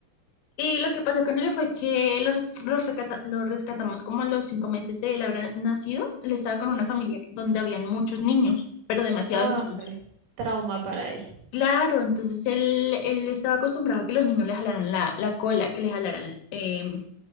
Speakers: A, on the left (about 80°); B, on the right (about 65°).
A: Y lo que pasó con él fue que lo, res- los recata- lo rescatamos como a los cinco meses de él haber nacido. Él estaba con una
B: Ujú.
A: familia donde habían muchos niños, pero demasiados
B: Ay,
A: niños.
B: trauma para él.
A: Claro, entonces él, él estaba acostumbrado a que los niños le jalaran la, la cola, que le jalaran em,